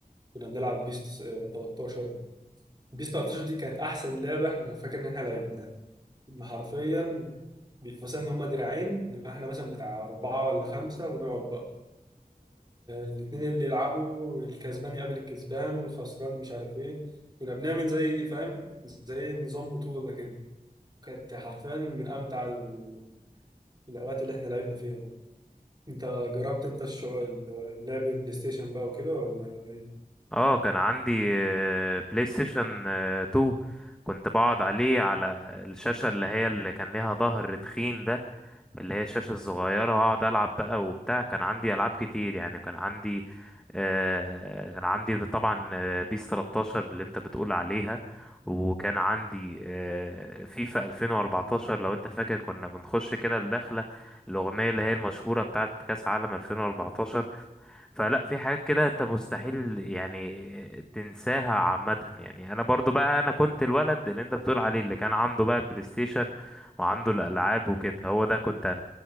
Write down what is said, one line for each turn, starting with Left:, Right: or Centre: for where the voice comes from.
Right: كنا بنلعب بيس آه، 13 بيس 13 دي كانت أحسن لعبة إحنا فاكر إن إحنا لعبناها إن حرفيا بيبقى مثلا ان هما دراعين نبقى احنا مثلا بتاع اربعه ولا خمسه ونقعد بقى الاثنين اللي يلعبوا الكسبان يقابل الكسبان والخسران مش عارف ايه كنا بنعمل زي فاهم زي نظام بطوله كده كانت حرفيا من امتع ال- الاوقات اللي احنا لعبنا فيها بقى. انت جربت انت الشغل لعب بلاي ستيشن بقى وكده ولا ايه؟
Centre: اه كان عندي آه، بلاي ستيشن آه، 2 كنت بقعد عليه على الشاشة اللي هي اللي كان ليها ظهر تخين ده اللي هي الشاشة الصغيرة وأقعد ألعب بقى وبتاع كان عندي ألعاب كتير يعني كان عندي آه كان عندي طبعا آه، بيس 13 اللي أنت بتقول عليها وكان عندي آه فيفا 2014 لو أنت فاكر كنا بنخش كده الدخلة الأغنية اللي هي المشهورة بتاعت كأس عالم 2014 فلا في حاجات كده انت مستحيل يعني تنساها عامة يعني انا برضو بقى انا كنت الولد اللي انت بتقول عليه اللي كان عنده بقى بلاي ستيشن وعنده الالعاب وكده هو ده كنت انا